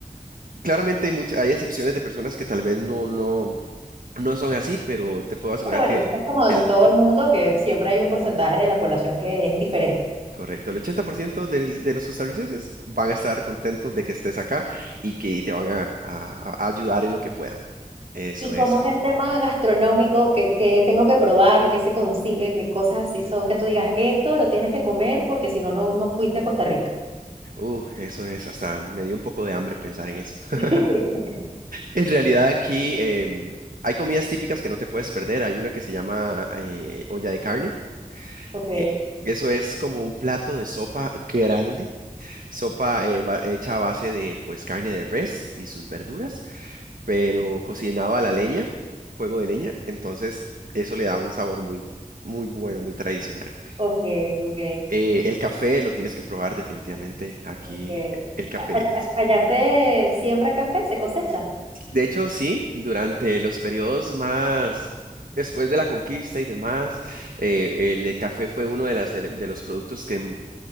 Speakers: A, on the right (about 75°); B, on the right (about 45°).
A: claramente mucha- hay excepciones de personas que tal vez no, no, no son así, pero te puedo asegurar
B: Pero bueno,
A: que
B: es como en
A: el...
B: todo el mundo que siempre hay un porcentaje de la población que es diferente.
A: Correcto, el 80% del- de los costarricenses van a estar contentos de que estés acá y que te van a a- a ayudar en lo que puedan. Eso
B: ¿Y
A: es
B: cómo
A: algo.
B: es el tema gastronómico? ¿Qué, qué tengo que probar? ¿Qué se consigue? ¿Qué cosas así son que tú digas, esto lo tienes que comer porque si no, no, no fuiste a Costa Rica?
A: Uh, eso es, hasta me dio un poco de hambre pensar en eso. <laughs>
B: <laughs>
A: En realidad aquí em, hay comidas típicas que no te puedes perder. Hay una que se llama eh, olla de carne.
B: Ok,
A: Eh, eso es como un plato de sopa grande, sopa eh, ba- hecha a base de pues carne de res y sus verduras, pero cocinaba a la leña, fuego de leña. Entonces eso le da un sabor muy, muy bueno, muy tradicional.
B: ok, ok,
A: Eh, el café lo tienes que probar definitivamente aquí.
B: ok.
A: El café.
B: A- a- a- Allá se siembra café, se cosecha.
A: De hecho, sí, durante los periodos más después de la conquista y demás, eh, el de café fue uno de, las, ele- de los productos que m-